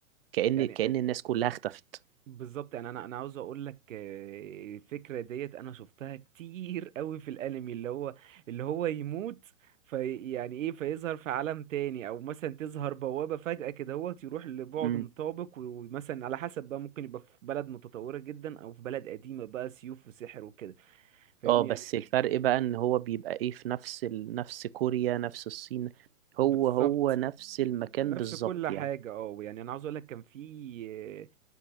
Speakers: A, on the right; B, on the right.
A: كأن
B: يعني
A: كأن الناس كلها اختفت
B: بالظبط يعني انا انا عاوز اقول لك آه، الفكره ديت انا شفتها كتير قوي في الانمي اللي هو اللي هو يموت في يعني ايه فيظهر في عالم تاني او مثلا تظهر بوابه فجاه كده هو يروح لبعد
A: امم
B: مطابق و- ومثلا على حسب بقى ممكن يبقى في بلد متطوره جدا او في بلد قديمه بقى سيوف وسحر وكده فاهمني
A: اه بس
B: يعني
A: الفرق بقى ان هو بيبقى ايه في نفس ال... نفس كوريا نفس الصين
B: بالظبط
A: هو هو نفس المكان
B: نفس
A: بالظبط
B: كل حاجه
A: يعني
B: اه يعني انا عاوز اقول لك كان في آه،